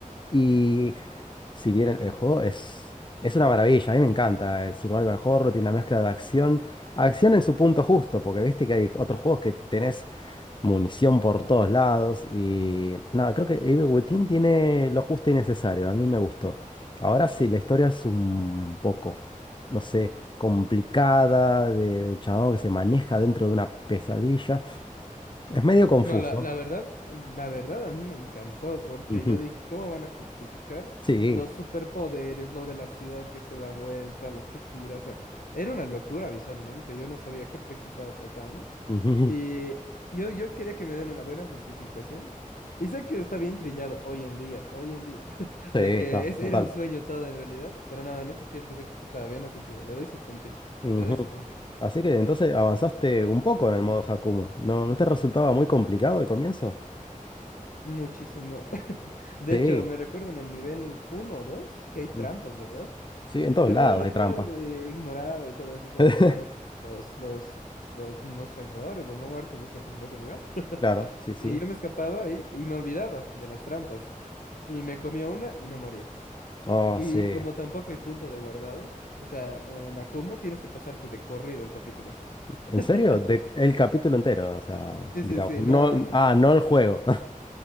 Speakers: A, on the left; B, on the left.
A: Y si bien el, el juego es, es una maravilla, a mí me encanta. El Survival Horror tiene una mezcla de acción. Acción en su punto justo, porque viste que hay otros juegos que tenés munición por todos lados y nada, creo que Abe Wetin tiene lo justo y necesario, a mí me gustó. Ahora sí, la historia es un poco, no sé, complicada, del chabón que se maneja dentro de una pesadilla. Es medio confuso.
B: No, la, la verdad, la verdad a mí me encantó porque
A: Ujú.
B: yo dije, ¿cómo van a justificar
A: Sí,
B: los superpoderes, lo de la ciudad que se da vuelta, lo que gira? O sea, era una locura visualmente, yo no sabía qué pex estaba pasando
A: ujú.
B: y yo, yo quería que me den una buena justificación. Y sé que está bien trillado hoy en día, hoy en día, <laughs>
A: Sí,
B: de
A: está,
B: que es,
A: total.
B: era un sueño todo en realidad, pero no, en esos tiempos yo creo que estaba bien, así que le doy su puntito,
A: Ujú.
B: le doy su puntito.
A: Así que entonces avanzaste un poco en el modo Hakumu. ¿No, no te resultaba muy complicado el comienzo?
B: Muchísimo. <laughs> De
A: Sí,
B: hecho, me recuerdo en el nivel uno o 2 que hay trampas,
A: mm,
B: ¿verdad?
A: sí, en todos
B: Yo
A: lados
B: de normal
A: hay trampa.
B: eh, ignoraba y todo eso, o sea,
A: <laughs>
B: jugando con los, los, los no soñadores, los no muertos de ese, de ese lugar. <laughs>
A: Claro, sí, sí.
B: Y yo me escapaba y, y me olvidaba de las trampas. Y me comía una y me moría.
A: Oh,
B: Y
A: sí.
B: como tampoco hay punto de guardado, o sea, en Akumu tienes que pasarte de corrido el capítulo.
A: ¿En
B: <laughs>
A: serio? De, el capítulo entero, o sea,
B: Sí,
A: digamos.
B: sí, sí,
A: No,
B: no.
A: ah, no el juego. <laughs>